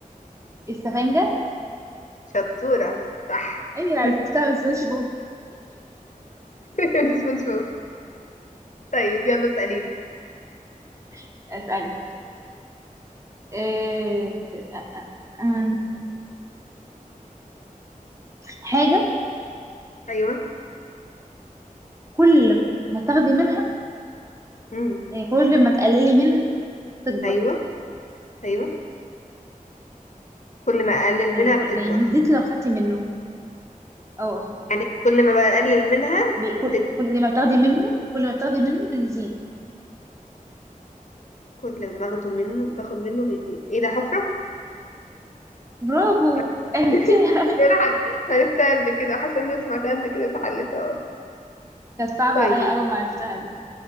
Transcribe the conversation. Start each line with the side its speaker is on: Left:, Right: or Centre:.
Right: السفنجة
Left: شطورة صح
Right: ايوه
Left: <laughs>
Right: عرفتها بس ماشي بوب
Left: من سبونج بوب طيب يلا اسأليني
Right: <laughs> اسألي آه، آه، آه، آه، آه. حاجة
Left: أيوه
Right: كل ما تاخدي منها
Left: امم
Right: يعني كل ما تقللي منها تكبر
Left: أيوه أيوه كل ما أقلل
Right: يعني
Left: منها
Right: كل
Left: بتكبر
Right: يعني بيزيد لو خدتي منه اه
Left: يعني كل ما بقلل منها
Right: بي- كل
Left: بتكبر
Right: كل ما بتاخدي منه كل ما بتاخدي منه بيزيد
Left: كل ما باخده منه باخد منه بيزيد إيه ده حفرة؟
Right: برافو
Left: <laughs> حاسة
Right: عرفتيها
Left: حاسة إن أنا عد- عرفتها قبل كده حاسة إن أنا سمعتها قبل كده فحلتها أهو
Right: <laughs> كانت صعبة
Left: طيب
Right: عليا أول ما عرفتها دي